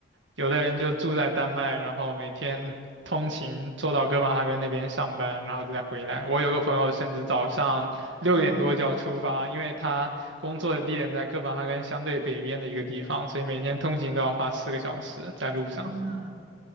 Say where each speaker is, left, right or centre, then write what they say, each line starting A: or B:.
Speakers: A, on the right (about 80°); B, on the right (about 30°).
A: 有的人就住在丹麦，然后每天通勤坐到哥本哈根那边上班，然后再回来。我有个朋友甚至早上六点多就要出发，
B: 嗯，
A: 因为他工作的地点在哥本哈根相对北边的一个地方，所以每天通勤都要花四个小时在路上。
B: 天呐，